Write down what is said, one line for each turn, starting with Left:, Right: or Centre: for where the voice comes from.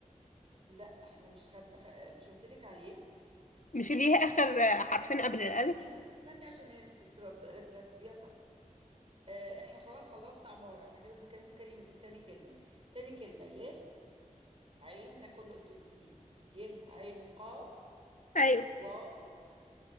Right: لا احنا مش خم... خ... مش قلت لك عليه
Left: مش اللي هي اخر حرفين قبل الالف
Right: استني بس استني عشان انت ترب... ترتبيها صح آه احنا خلاص خلصنا عمارة احنا كده بنتكلم في كلمة تاني كلمة تاني كلمة يه عين ده كله انت قلتيه يه عين قاف
Left: ايوه
Right: واو